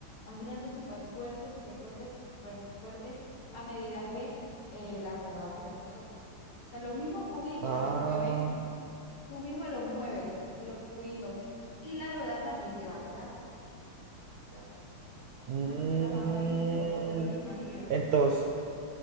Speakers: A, on the left (about 80°); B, on the right (about 70°).
A: va girando súper fuerte, súper fuerte, fu- súper fuerte, a medida que eh, la rueda va girando sola. O sea, los mismos cubitos
B: Ah.
A: se mueven, tú mismo los mueves, los cubitos, y la rueda también te va girando. ya.
B: mm,
A: No sé si los has visto o te los imaginas.
B: Entonces,